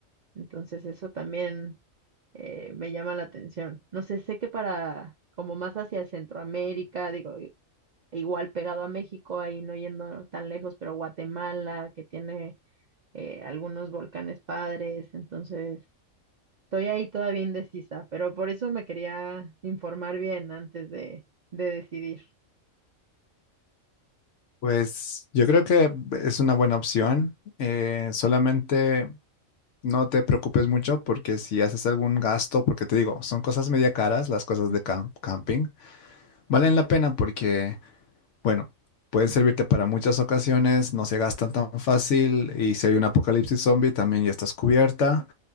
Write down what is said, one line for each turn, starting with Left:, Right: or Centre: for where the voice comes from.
Right: Entonces, eso también eh, me llama la atención. No sé, sé que para, como más hacia Centroamérica, digo, i- igual pegado a México, ahí no yendo tan lejos, pero Guatemala, que tiene eh, algunos volcanes padres, entonces estoy ahí todavía indecisa, pero por eso me quería informar bien antes de, de decidir.
Left: Pues yo creo que es una buena opción. Eh, solamente No te preocupes mucho porque si haces algún gasto, porque te digo, son cosas media caras, las cosas
Right: Ujú.
Left: de cam- camping, valen la pena porque, bueno, pueden servirte para muchas ocasiones, no se gastan tan fácil y si hay un apocalipsis zombie también ya estás cubierta.